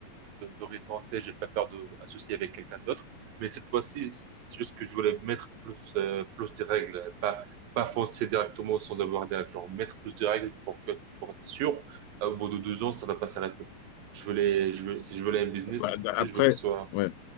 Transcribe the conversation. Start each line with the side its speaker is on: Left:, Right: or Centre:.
Right: de, de retenter, j'ai pas peur de associer avec quelqu'un d'autre. Mais cette fois-ci, c'est juste que je voulais mettre plus, euh, plus des règles, pas, pas foncer directement sans avoir des règles. Genre, mettre plus de règles pour que, pour être sûr, euh, au bout de deux ans, ça va pas s'arrêter. Je voulais, je veux, si je voulais un business,
Left: Bah,
Right: cette fois-ci,
Left: d- après,
Right: je veux que ce soit
Left: ouais.